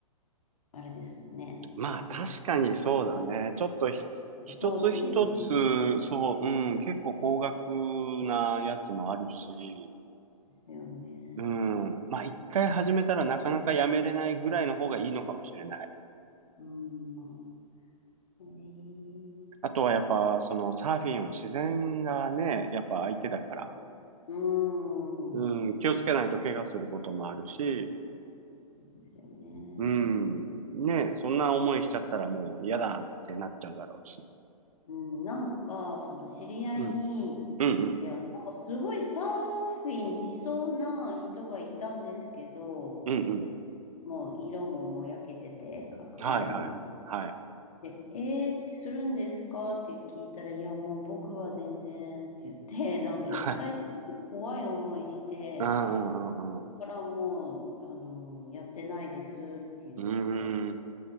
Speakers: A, on the left (about 70°); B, on the right (about 65°).
A: あれですもんね。
B: まあ、確かにそうだね。
A: なん
B: ちょっとひ、一つ一つ、
A: か投資 <laughs>
B: そう、うん、結構高額なやつもあるし、
A: ですよね。
B: うん。まあ、一回始めたらなかなかやめれないぐらいの方がいいのかもしれない。
A: うん。ええ
B: あとはやっぱ、そのサーフィンは自然がね、やっぱ相手だから、
A: うん。
B: うん、気をつけないと怪我することもあるし、
A: そうですよね。
B: うん、ね、そんな思いしちゃったらもう嫌だってなっちゃうだろうし。
A: うん、なんか、その知り合いに、
B: うん、うん、うん、
A: いや、なんかすごいサーフィンしそうな人がいたんですけど、
B: うん、うん。
A: もう色ももう焼けてて、か肌も。
B: はい、はい、はい、
A: で、えーってするんですかって聞いたら、いや、もう僕は全然って言って、なんか一回すごい怖い思いして、
B: はい。うん、うん、
A: そこからもう、
B: うん、う
A: あの、やってないですって言ってて、
B: ん。うーん、